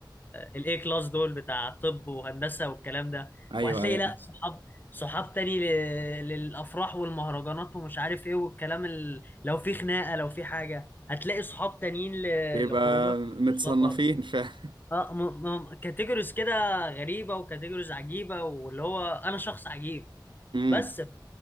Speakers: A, on the left (about 25°); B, on the right (about 80°).
A: الاي كلاس دول بتاع طب وهندسة والكلام ده
B: ايوه
A: وهتلاقي
B: ايوه
A: لا صحاب صحاب تاني ل- للأفراح والمهرجانات ومش عارف ايه والكلام لو في خناقه لو في حاجه هتلاقي صحاب تانيين ل-
B: بيبقى
A: لخروجك
B: متصنفين
A: وسفر
B: فاهم
A: اه م- م- كاتيجوريز كده غريبه وكاتيجوريز عجيبه واللي هو انا شخص عجيب
B: امم
A: بس ف...